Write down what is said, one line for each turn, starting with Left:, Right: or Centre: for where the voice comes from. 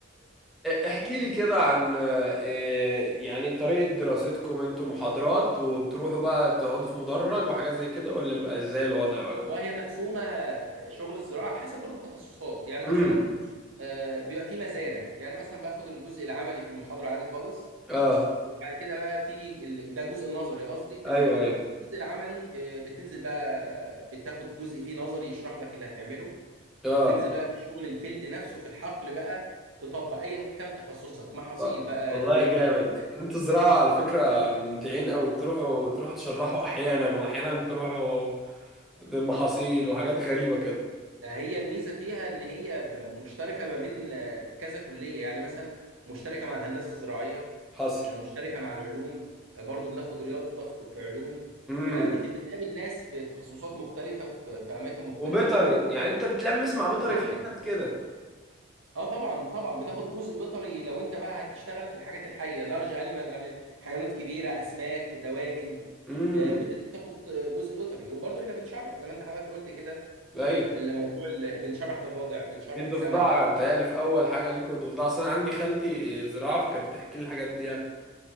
Centre: احكي لي كده عن إيه، يعني طريقة دراستكم انتوا محاضرات وبتروحوا بقى تقعدوا في مدرج وحاجات زي كده ولا بيبقى ازاي الوضع ولا
Right: والله هي مقسومه آه، شغل الزراعه حسب برضو التخصصات يعني
Centre: امم
Right: مثلا آه، بيبقى في مزارع يعني مثلا باخد الجزء العملي في المحاضره عادي خالص
Centre: اه
Right: وبعد كده بقى في ال- ده الجزء النظري قصدي في
Centre: ايوه
Right: المحاضرة
Centre: ايوه
Right: والجزء العملي ب- بتنزل بقى بتاخد جزء فيه نظري يشرح لك اللي هتعمله
Centre: اه
Right: وتنزل بقى في الشغل الفيلد نفسه في الحقل بقى تطبق ايا كان تخصصك محاصيل
Centre: آه،
Right: بقى
Centre: والله
Right: دواجن
Centre: يا جامد انتوا زراعة على فكرة ممتعين قوي بتروحوا تروحوا تشرحوا احيانا واحيانا تروحوا بمحاصيل وحاجات غريبة كده
Right: ده هي الميزة فيها ان هي ب- مشتركة ما بين آه، كذا كلية يعني مثلا مشتركة مع الهندسة الزراعية
Centre: حصل
Right: آه، مشتركة مع العلوم آه، برضو بناخد رياضة في في علوم
Centre: امم
Right: فبتقابل ناس بتخصصات مختلفة في في أماكن مختلفة
Centre: وبيطري يعني انت بتلمس مع بيطري
Right: وبيطري
Centre: في حتت كده
Right: اه طبعا طبعا بتاخد جزء بيطري لو انت بقى هتشتغل في الحاجات الحيه لارج انيمال يعني حيوانات كبيره اسماك دواجن
Centre: امم
Right: ب- بت- بتاخد جزء بيطري وبرضه احنا بنشرح زي ما انت حضرتك قلت كده
Centre: ايوه
Right: اللي موضوع ال- بنشرح ضفادع بنشرح
Centre: في ضفدع
Right: سمك بنشرح
Centre: بتهيألي في أول حاجة ليكوا ضفدع أصل أنا عندي خالتي زراعة فكانت بتحكي لي الحاجات دي يعني